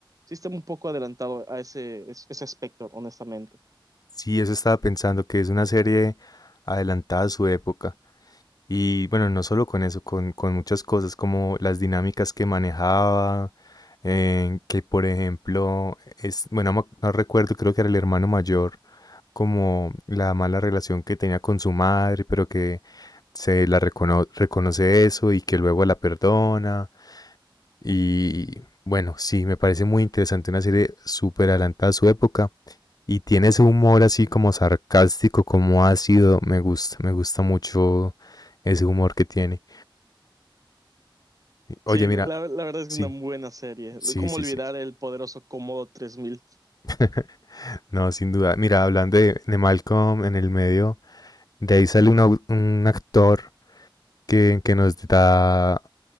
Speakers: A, on the right; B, on the left.
A: sí está un poco adelantado a ese, es- ese aspecto, honestamente.
B: Sí, eso estaba pensando, que es una serie adelantada a su época. Y bueno, no solo con eso, con, con muchas cosas como las dinámicas que manejaba, eh, que por ejemplo, es, bueno, no, me- no recuerdo, creo que era el hermano mayor como la mala relación que tenía con su madre, pero que se la recono- reconoce eso y que luego la perdona. Y bueno, sí, me parece muy interesante, una serie súper adelantada a su época. Y tiene ese humor así como sarcástico, como ácido. Me gusta, me gusta mucho ese humor que tiene. Oye,
A: Sí,
B: mira,
A: la, la verdad es
B: sí,
A: que es una buena serie.
B: sí,
A: ¿Cómo
B: sí,
A: olvidar
B: sí.
A: el poderoso Comodo tres mil
B: <laughs> No, sin duda. Mira, hablando de, de Malcolm en el medio, de ahí sale un, au- un actor que, que nos da